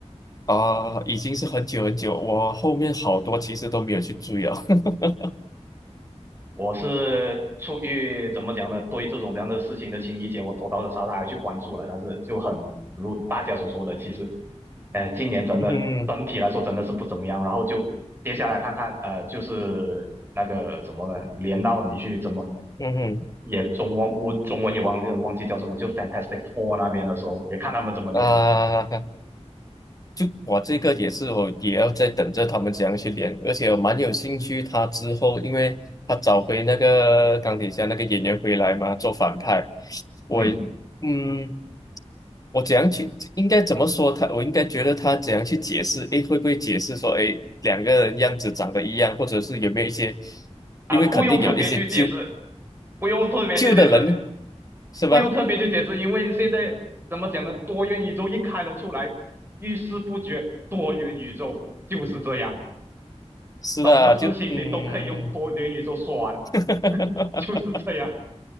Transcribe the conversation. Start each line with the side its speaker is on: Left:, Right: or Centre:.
Left: 啊、已经是很久很久，我后面好多其实都没有去追了。<laughs>
Right: 我是出于怎么讲呢，对这种这样的事情的情理解，我多多少少还去关注了，但是就很如大家所说的，其实。呃，今年真的整体来说真的是不怎么样，
Left: 嗯
Right: 然后就接下来看看，呃，就是那个怎么呢，连到你去怎么
Left: 嗯哼，
Right: 也中文我中文也忘记忘记叫什么，就 Fantastic Four 那边的时候，也看他们怎么连了。
Left: 啊、就我这个也是，我也要在等着他们怎样去连，而且我蛮有兴趣他之后，因为他找回那个钢铁侠那个演员回来嘛，做反派，我也嗯，
Right: 嗯
Left: 我怎样去应该怎么说他？我应该觉得他怎样去解释？诶，会不会解释说，诶，两个人样子长得一样，或者是有没有一些？
Right: 啊，
Left: 因为肯定有一些纠
Right: 不用特别去解释，不用特别去解释，
Left: 救的人呢，
Right: 你
Left: 是吧？
Right: 不用特别去解释，因为现在怎么讲呢，多元宇宙一开了出来，遇事不决，多元宇宙就是这样。
Left: 是的，
Right: 什么事情你都可以用多元宇宙说完，
Left: 就嗯，<laughs>
Right: <laughs> 就是这样